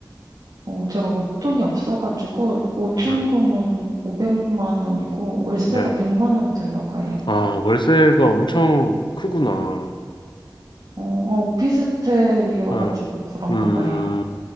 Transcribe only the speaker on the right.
어, 제가 목돈이 없어가지고 보증금은
500만 원이고 월세가
100만 원 들어가요.
어, 어, 오피스텔이어가지고
그런가
봐요.